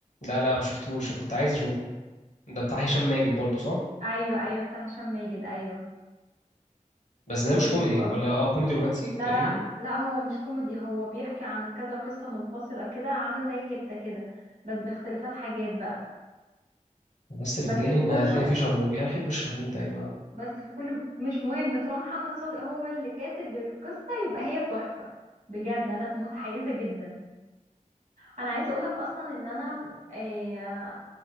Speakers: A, on the left; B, on the right.
A: لا لا ما شفتوش كنت عايز اشوفه ده بتاع هشام ماجد برضه صح
B: ايوه ايوه بتاع هشام ماجد ايوه
A: بس
B: عايزه
A: ده مش
B: اشوفه
A: كوميدي
B: قوي
A: ولا اه كوميدي رومانسي
B: لا
A: تقريبا
B: لا لا هو مش كوميدي هو بيحكي عن كذا قصه منفصله كده عامله زي هيبتا كده بس باختلافات حاجات بقى
A: بس اللي
B: بس
A: مضايقني
B: كله
A: ان هتلاقي فيه شرنوبي انا بحب الشرنوبي ده يا جماعة
B: بس كل مش مهم طالما محمد صادق هو اللي كاتب القصة يبقى هي تحفة بجد انا متحيزة جدا انا عايزة اقولك اصلا ان انا آه،